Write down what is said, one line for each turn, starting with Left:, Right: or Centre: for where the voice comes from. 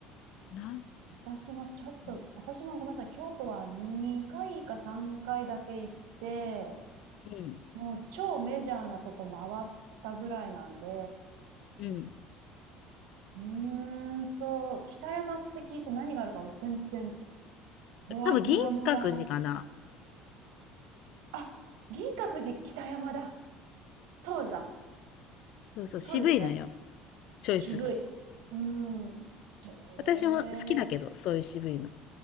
Left: な
Right: 私もちょっと、
Left: そう。
Right: 私もごめんなさい、京都は2回か3回だけ行って、
Left: うん、
Right: もう超メジャーなとこ回ったぐらいなんで、
Left: うん。
Right: うーんと、北山って聞いて何があるかを全然、ぼわ、
Left: 多分銀閣寺かな。
Right: もやもやーって感じ。あ、銀閣寺北山だ。そうだ。
Left: そうそう、渋いのよ、
Right: そうですね。
Left: チョイスが。
Right: 渋い。うーん。へえ。
Left: 私も好きだけど、そういう渋いの。